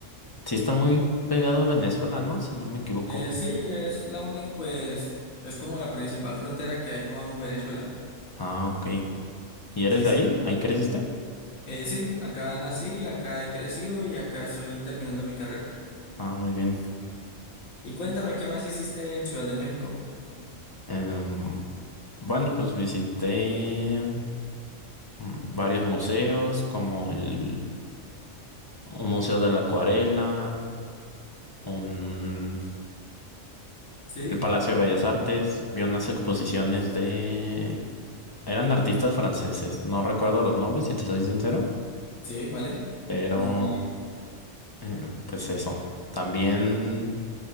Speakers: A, on the left (about 20°); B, on the left (about 85°).
A: Sí está muy pegado a Venezuela, ¿no? Si no me equivoco.
B: Eh, sí, es la única, pues, es como la principal frontera que hay con Venezuela.
A: Ah, ok. ¿Y eres
B: Sí,
A: de
B: sí.
A: ahí? ¿Ahí creciste?
B: Eh, sí, acá nací, acá he crecido y acá estoy terminando mi carrera.
A: Ah, muy bien.
B: Y cuéntame, ¿qué más hiciste en Ciudad de México?
A: Em, bueno, pues visité mm, varios museos, como el un Museo de la Acuarela, un,
B: Sí,
A: el Palacio de Bellas Artes. Vi unas exposiciones
B: sí,
A: de... Eran artistas franceses, no recuerdo los nombres, si te soy sincero,
B: sí, vale.
A: pero
B: No, no, no.
A: eh, pues eso. También